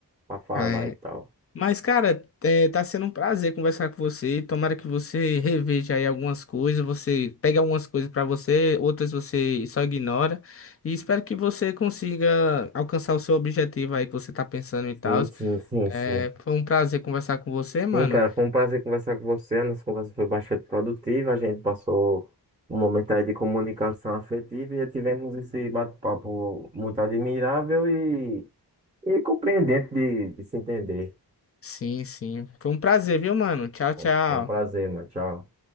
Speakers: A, on the right (about 15°); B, on the left (about 35°).
A: Pra falar
B: É,
A: e tal.
B: Mas, cara, é, tá sendo um prazer conversar com você. Tomara que você reveja aí algumas coisas, você pega algumas coisas pra você, outras você só ignora. E espero que você consiga alcançar o seu objetivo aí que você tá pensando e tal.
A: Sim, sim, sim,
B: É,
A: sim.
B: foi um prazer conversar com você, mano.
A: Sim, cara, foi um prazer conversar com você. A nossa conversa foi bastante produtiva. A gente passou um momento aí de comunicação afetiva e tivemos esse bate-papo muito admirável e, e compreendente de, de se entender.
B: Sim, sim. Foi um prazer, viu, mano? Tchau,
A: Foi
B: tchau.
A: foi um prazer, mano. Tchau.